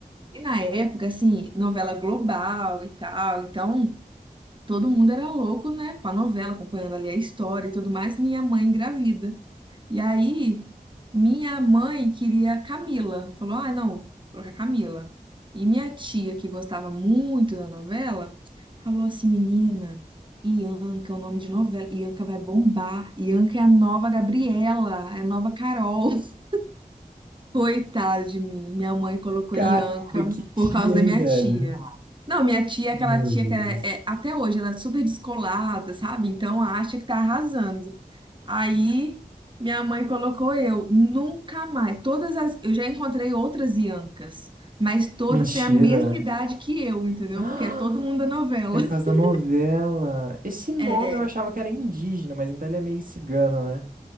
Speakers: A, on the right (about 30°); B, on the right (about 65°).
A: E na época, assim, novela global e tal. Então, todo mundo era louco, né? Com a novela, acompanhando ali a história e tudo mais. Minha mãe engravida. E aí, minha mãe queria Camila. Falou: ah, não, vou colocar Camila. E minha tia, que gostava muito da novela, falou assim: menina, Ianca é o nome de novela. Ianca vai bombar. Ianca é a nova Gabriela, é a nova Carol. <laughs> Coitada de mim. Minha mãe colocou
B: Caramba,
A: Ianca
B: que tia,
A: por causa
B: hein,
A: da minha
B: velho?
A: tia. Não, minha tia
B: Meu
A: é aquela tia
B: Deus.
A: que é, é- até hoje ela é super descolada, sabe? Então acha que tá arrasando. Aí minha mãe colocou eu, nunca mais. Todas as, eu já encontrei outras Iancas, mas todas
B: Mentira.
A: têm a mesma idade que eu, entendeu?
B: <gasps>
A: Porque é todo mundo da novela.
B: É por
A: <laughs>
B: causa da novela. Esse nome
A: É.
B: eu achava que era indígena, mas então ele é meio cigano, né?